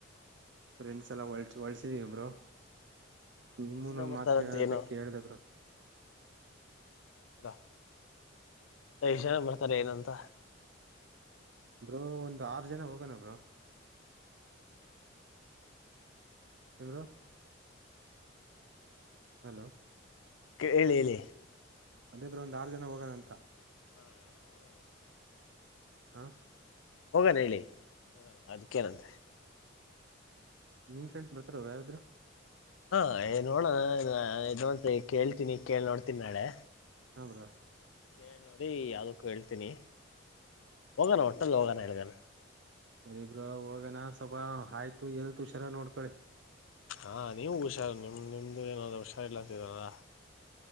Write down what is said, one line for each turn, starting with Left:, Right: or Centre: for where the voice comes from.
Right: ಫ್ರೆಂಡ್ಸ್ ಎಲ್ಲಾ ಹೊಳಸಿದೀವಿಂಬರು ನಿಮೊಂದ್
Left: ಎಷ್ಟ್ ಜನ ಬರ್ತಾರಂತ
Right: ಮಾತ ಕೇಳೋಣ ಅಂತ
Left: ಏನು
Right: ಕೇಳ್ದಬ್ರು
Left: ಅಲಾ ನ ಬರ್ತಾರೆ ಏನು ಅಂತ
Right: ಬ್ರೋ ಒಂದ್ ಆರು ಜನ ಹೋಗೋಣ ಬ್ರೋ ಎಮರು ಹಲೋ
Left: ಹೇಳಿ ಹೇಳಿ
Right: ಅದೇ ಬ್ರ ಒಂದ್ ಆರು ಜನ ಹೋಗೋಣಂತ
Left: ಹಾ ಹ
Right: ಹಾ
Left: ಹೋಗೋಣ ಹೇಳಿ ಹೋಗಣ ಅದಕ್ಕೇನಂತೆ
Right: ನಿಮ್ ಫ್ರೆಂಡ್ಸ್ ಬರ್ತಾರ ಯಾರಾದ್ರು
Left: ಹಾ ನೋಡಣ ನೋಡ್ ಕೇಳ್ತೀನಿ ಕೇಳಳ್ ನೋಡ್ತೀನಿ ನಾಳೆ
Right: ಹಮ್ರಾ
Left: ಕೇಳಿ ನೋಡಿ ಯಾವ್ದಕ್ಕೂ ಹೇಳ್ತೀನಿ ಹೋಗಣ ಒಟ್ಟಲ್ಲಿ ಹೋಗೋಣ ಹೇಳ್ಗಣ
Right: ಅರಿಬ್ರ ಹಾಗನಾ ಸ್ವಬಾ ಆಯ್ತು ಎಲ್ತ್ ಹುಷಾರ ನೋಡ್ಕಳಿ
Left: ಹಾ ನೀವು ಹುಷಾರು ನಿಮ ನಿಮ್ದು ಏನಾದ್ರ ಹುಷಾರಿಲ್ಲಾತಲ್ಲರ